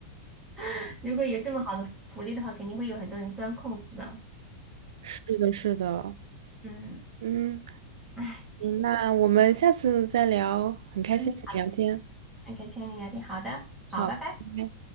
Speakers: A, in the centre; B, on the right.
A: <laughs> 如果有这么好的福利的话，肯定会有很多人钻空子的。
B: 是的，是的。
A: 嗯，
B: 嗯，
A: 唉，
B: 那我们下次再聊，很开心跟你聊天。
A: 嗯，很开心和你聊天，好的，好，
B: 好，
A: 拜拜。
B: 拜拜。